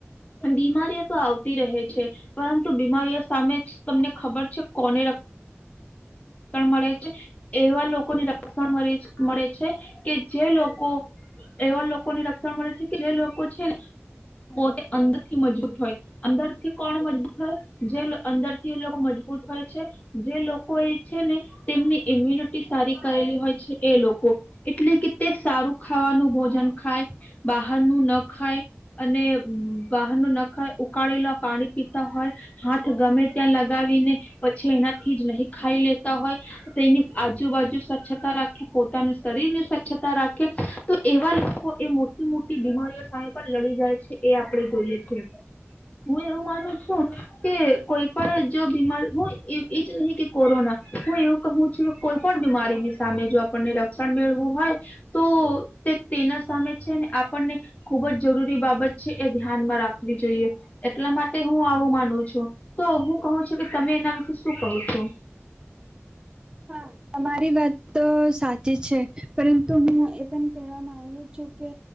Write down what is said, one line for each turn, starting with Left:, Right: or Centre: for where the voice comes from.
Left: બીમારીઓ તો આવતી રહે છે પરંતુ બીમારીઓ સામે તમને ખબર છે કોને મળે છે એવા લોકોની રક્ષણ મળે છે કે જે લોકો એવા લોકોની રક્ષણ મળે છે કે જે લોકો છે ને પોતે અંદરથી મજબૂત હોય અંદર થી કોણ મજબૂત હોય જે અંદરથી એ લોકો મજબૂત હોય છે જે લોકો તેમની ઇમ્યુનિટી સારી કરેલી હોય છે એ લોકો એટલે કે તે સારું ખાવાનું ભોજન ખાય બહારનું ના ખાય અને બહારનું ના ખાય ઉકાળેલા પાણી પીતા હોય હાથ ગમે ત્યાં લગાવી ને પછી એનાથી જ નહી ખાઈ લેતા હોય તેની આજુબાજુ સ્વચ્છતા રાખી પોતાને શરીર ને સ્વચ્છતા રાખે. તો એવા લોકો એ મોટી મોટી બીમારીઓ સામે પણ લડી જાય છે એ આપણે જોઈએ છે. હું એવું માનું છું કે કોઈ પણ જો બીમારી હું એજ નહી કે કોરોના હું એવું કહું છું કે કોઈ પણ બીમારીની સામે જો આપણને રક્ષણ મેળવું હોય તો તે તેના સામે છે ને આપણને ખુબ જ જરૂરી બાબત છે એ ધ્યાનમાં રાખવી જોઈએ. એટલા માટે હુ આવું માનું છું. તો હુ કહું છું કે તમે એના વિશે શું કહું છો?
Right: હા તમારી વાત તો સાચી છે પરંતુ હું એ પણ કહેવા માંગુ છું કે